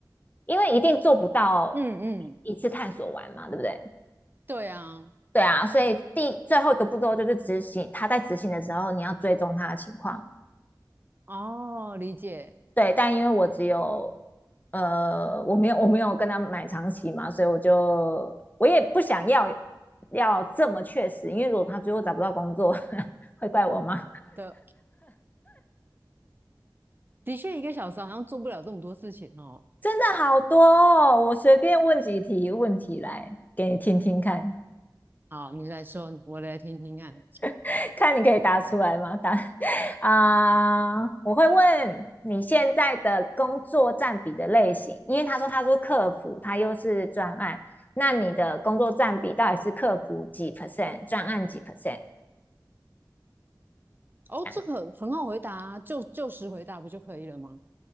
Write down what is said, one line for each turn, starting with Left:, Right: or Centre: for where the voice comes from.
Left: 因为一定做不到
Right: 嗯嗯，
Left: 一次探索完嘛，对不对？
Right: 对啊，
Left: 对啊，所以第最后一个步骤就是执行，他在执行的时候你要追踪他的情况。
Right: 哦，理解
Left: 对，但因为我只有呃，我没有我没有跟他买长期嘛，所以我就我也不想要要这么确实，因为如果他最后找不到工作 <laughs>，会怪我吗？
Right: 的，的确，一个小时好像做不了这么多事情哦。
Left: 真的好多哦！我随便问几题问题来给你听听看，
Right: 好，你来说，我来听听看。
Left: <laughs> 看你可以答出来吗？答 <laughs> 啊、我会问你现在的工作占比的类型，因为他说他是客服，他又是专案，那你的工作占比到底是客服几 percent，专案几 percent？
Right: 哦，
Left: 这样
Right: 这个很很好回答啊，就就实回答不就可以了吗？